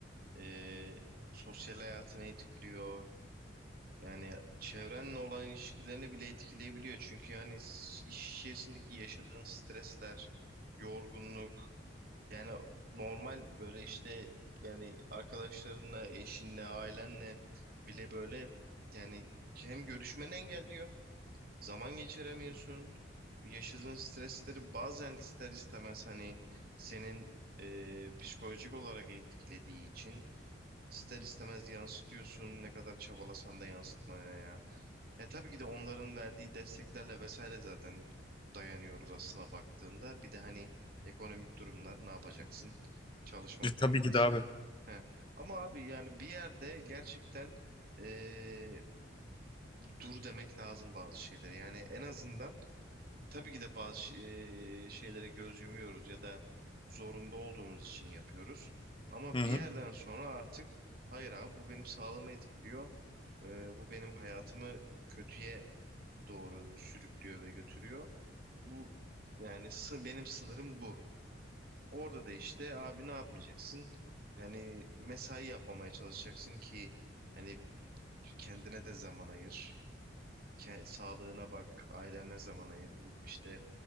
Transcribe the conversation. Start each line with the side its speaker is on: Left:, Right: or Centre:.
Right: Ee, sosyal hayatını etkiliyor. Yani çevrenle olan ilişkilerini bile etkileyebiliyor. Çünkü yani s- iş içerisindeki yaşadığın stresler, yorgunluk, yani normal böyle işte yani arkadaşlarınla, eşinle, ailenle bile böyle yani hem görüşmeni engelliyor, zaman geçiremiyorsun. Yaşadığın stresleri bazen ister istemez hani senin e, psikolojik olarak etkilediği için ister istemez yansıtıyorsun ne kadar çabalasan da yansıtmaya ya. E tabii ki de onların verdiği desteklerle vesaire zaten dayanıyoruz aslına baktığında. Bir de hani ekonomik durumlar ne yapacaksın? Çalışmak
Left: E,
Right: zorundasın.
Left: tabii ki de abi.
Right: He. Ama abi yani bir yerde gerçekten e, dur demek lazım bazı şeyler. Yani en azından Tabii ki de bazı şi- eee, şeylere göz yumuyoruz ya da zorunda olduğumuz için yapıyoruz. Ama
Left: Hı hı.
Right: bir yerden sonra artık hayır abi bu benim sağlığımı etkiliyor. Eee, bu benim hayatımı kötüye doğru sürüklüyor ve götürüyor. Bu yani sı- benim sınırım bu. Orada da işte abi ne yapmayacaksın? Yani mesai yapmamaya çalışacaksın ki hani kendine de zaman ayır. Ke- sağlığına bak, ailene zaman ayır. İşte